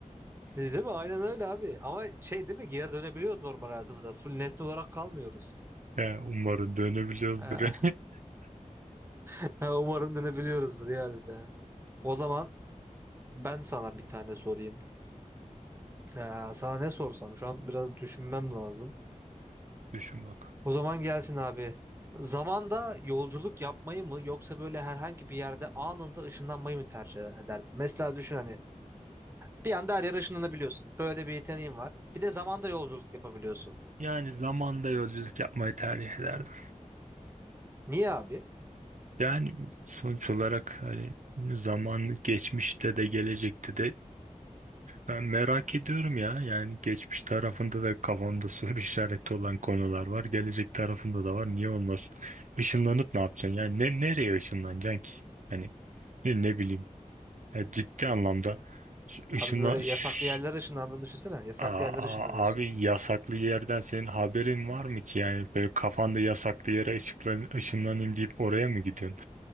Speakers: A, on the right; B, on the right.
A: E, Değil mi? Aynen öyle abi. Ama şey değil mi? Geri dönebiliyoruz normal hayatımıza. Full nesne olarak kalmıyoruz.
B: Ya, umarım dönebiliyoruzdur.
A: Ee,
B: <laughs>
A: <laughs> Umarım dönebiliyoruzdur ya bir de. O zaman ben sana bir tane sorayım. Ee, sana ne sorsam şu an biraz düşünmem lazım.
B: Düşün bakalım.
A: O zaman gelsin abi. Zamanda yolculuk yapmayı mı yoksa böyle herhangi bir yerde anında ışınlanmayı mı tercih ederdin? Mesela düşün hani bir anda her yere ışınlanabiliyorsun. Böyle bir yeteneğin var. Bir de zamanda yolculuk yapabiliyorsun.
B: Yani zamanda yolculuk yapmayı tercih ederdim.
A: Niye abi?
B: Yani sonuç olarak hani zamanı geçmişte de gelecekte de Ben merak ediyorum ya. Yani geçmiş tarafında da kafamda soru <laughs> işareti olan konular var. Gelecek tarafında da var. Niye olmasın? Işınlanıp ne yapacaksın? Yani ne, nereye ışınlanacaksın ki? Hani ne, ne bileyim. Ya ciddi anlamda ş- ışınla...
A: Abi böyle
B: Şş,
A: yasaklı yerlere ışınlandığını düşünsene. Yasaklı
B: Aa,
A: yerlere
B: aa,
A: ışınlanıyorsun.
B: abi yasaklı yerden senin haberin var mı ki? Yani böyle kafanda yasaklı yere ışıklan, ışınlanayım deyip oraya mı gidiyorsun?